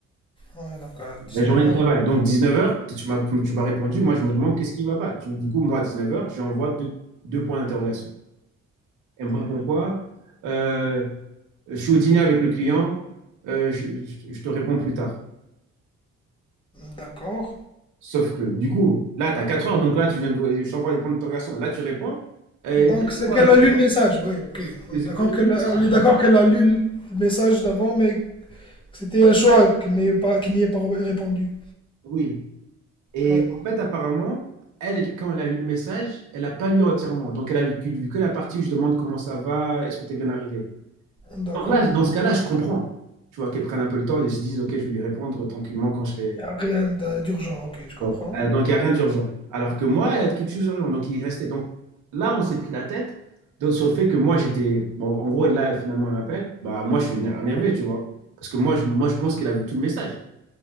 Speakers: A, on the left; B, on the right.
A: Ouais, donc à 19h,
B: La journée de travail. Donc, 19h, tu m'as, tu, tu m'as répondu. Moi, je me demande qu'est-ce qui ne va pas. Tu- du coup, moi, à 19h, je lui envoie deux, deux points d'interrogation. Elle me répond quoi? Euh, je suis au dîner avec le client. Euh, je, je- je te réponds plus tard.
A: d'accord.
B: Sauf que, du coup, là, tu as 4 heures. Donc là, tu viens de, je t'envoie les points d'interrogation. Là, tu réponds. Euh,
A: Donc
B: t'as-
A: c'est
B: quoi,
A: qu'elle
B: là?
A: a lu le message, oui, ok.
B: J'ai
A: On est d'accord
B: eu
A: qu'elle
B: le message,
A: a, on est d'accord
B: tu vois.
A: qu'elle a lu le message d'avant, mais C'était un choix qui n'y pas, qui n'y est pas répondu.
B: Oui. Et
A: Ouais,
B: en fait, apparemment, elle, quand elle a eu le message, elle n'a pas lu entièrement. Donc, elle a lu que lu que la partie où je demande comment ça va, est-ce que tu es bien arrivé.
A: d'accord.
B: Donc là, dans ce cas-là, je comprends. Tu vois, qu'elle prenne un peu le temps et se dise, OK, je vais lui répondre tranquillement quand je serai.
A: Rien d'urgent, ok, je comprends.
B: Ouais. Euh, donc, il n'y a rien d'urgent. Alors que moi, il y a quelque chose d'urgent. Donc, il restait. Donc, là, on s'est pris la tête donc, sur le fait que moi, j'étais. Bon, en gros, là, finalement, elle m'appelle. Bah, moi, je suis éner- énervé, tu vois. Parce que moi, je, moi, je pense qu'elle a vu tout le message.